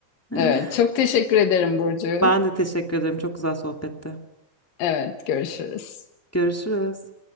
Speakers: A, in the centre; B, on the left.
A: <laughs>
B: Evet, çok teşekkür ederim Burcu.
A: Ben de teşekkür ederim. Çok güzel sohbette.
B: Evet, görüşürüz.
A: Görüşürüz.